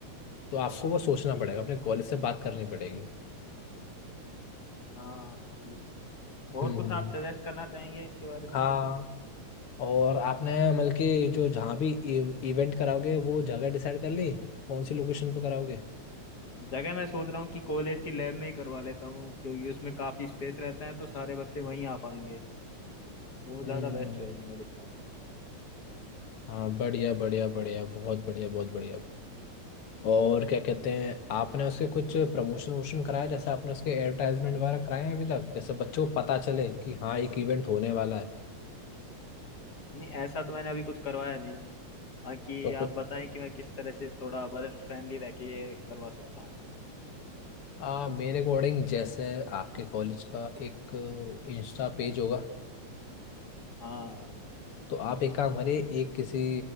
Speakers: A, on the left; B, on the left.
A: तो आपको वो सोचना
B: ठीक
A: पड़ेगा
B: है
A: अपने कॉलेज से बात करनी पड़ेगी
B: हाँ सही है और
A: हम्म
B: कुछ
A: हम्म,
B: आप
A: हम्म।
B: सजेस्ट करना चाहेंगे इसके बारे में
A: हाँ
B: मेरे को
A: और आपने मतलब कि जो जहाँ भी इवेंट कराओगे वो जगह डिसाइड कर ली कौन सी लोकेशन पे कराओगे
B: जगह मैं सोच रहा हूँ कि कॉलेज की लैब में ही करवा लेता हूँ क्योंकि उसमें काफी स्पेस रहता है तो सारे बच्चे वहीं आ पाएंगे वो
A: हम्म
B: ज्यादा बेस्ट रहेगी मेरे हिसाब से
A: हाँ बढ़िया बढ़िया बढ़िया बहुत बढ़िया बहुत बढ़िया और क्या कहते हैं आपने उसके कुछ प्रमोशन वोशन कराया जैसे आपने उसके एडवर्टाइजमेंट वगैरह कराए हैं अभी तक जैसे बच्चों को पता चले कि हाँ एक इवेंट होने वाला है
B: नहीं ऐसा तो मैंने अभी कुछ करवाया नहीं है बाकी
A: तो कुछ
B: आप बताएं कि मैं किस तरह से थोड़ा बजट फ्रेंडली रह के ये करवा सकता हूँ
A: आ, मेरे अकॉर्डिंग जैसे आपके कॉलेज का एक इंस्टा पेज होगा
B: हाँ
A: तो आप एक काम करिए एक किसी